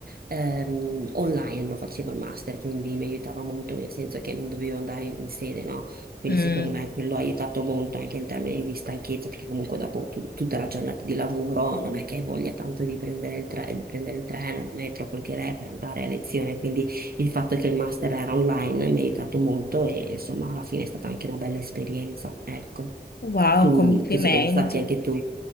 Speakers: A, on the right; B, on the left.
A: Ehm, online lo facevo il master, quindi mi aiutava molto nel senso che non dovevo andare in sede, no? Quindi
B: Mm.
A: secondo me quello ha aiutato molto anche in termini di stanchezza, perché comunque dopo tu- tutta la giornata di lavoro non è che hai voglia tanto di prendere il, tre- di prendere il treno, il metro, quel che è per andare a lezione, quindi il fatto che il master era online mi ha aiutato molto e insomma alla fine è stata anche una bella esperienza, ecco.
B: Wow,
A: Tu
B: complimenti.
A: penso che ne sappia anche tu.